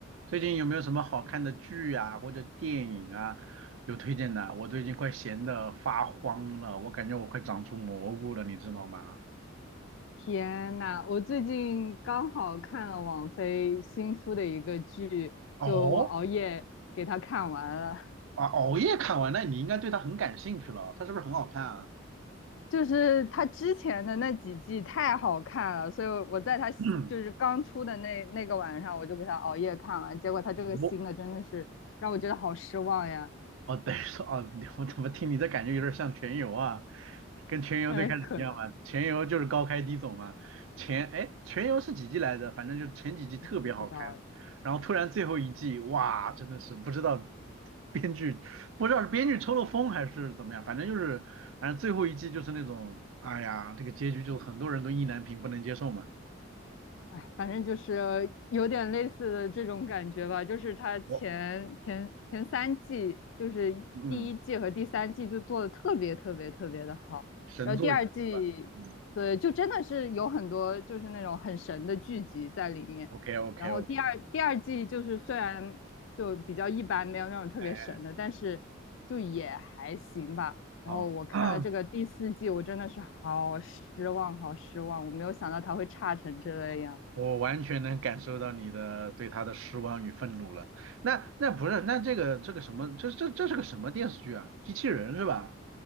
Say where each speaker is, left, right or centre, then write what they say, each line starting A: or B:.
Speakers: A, on the right; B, on the left.
A: 最近有没有什么好看的剧啊，或者电影啊，有推荐的？我最近快闲得发慌了，我感觉我快长出蘑菇了，你知道吗？
B: 天呐，我最近刚好看了网飞新出的一个剧，
A: 哦，
B: 就我熬夜给它看完了。
A: 啊，熬夜看完，那你应该对它很感兴趣了，它是不是很好看啊？
B: 就是它之前的那几季太好看了，所以我在它就是刚出的那那个晚上，
A: <clears throat>
B: 我就给它熬夜看完。结果它这个新的真的是让我觉得好失望呀。
A: 我哦，等于说哦，你 <laughs> 我怎么听你这感觉有点像全游啊？跟全游最开始一样嘛，
B: 哎，可能
A: 全游就是高开低走嘛。前哎，全游是几季来着？反正就前几季特别好看，
B: 不知道哎。
A: 然后突然最后一季，哇，真的是不知道编剧不知道是编剧抽了风还是怎么样，反正就是反正最后一季就是那种，哎呀，这个结局就很多人都意难平，不能接受嘛。
B: 哎，反正就是有点类似的这种感觉吧，就是它前前前三季，
A: 我
B: 就是第一季和第三季就做的特别特别特别的好，
A: 嗯，神作一部吧。
B: 然后第二季，
A: 嗯
B: 对，就真的是有很多就是那种很神的剧集在里面，
A: ，OK OK
B: 然后第二第二季就是虽然就比较一般，
A: OK，
B: 没有那种特别神的，
A: 哎
B: 但是就也还行吧。然后我看了这个第四季，
A: 好。<clears throat>
B: 我真的是好失望，好失望，我没有想到它会差成这样。
A: 我完全能感受到你的对他的失望与愤怒了。那那不是，那这个这个什么，这这这是个什么电视剧啊？机器人是吧？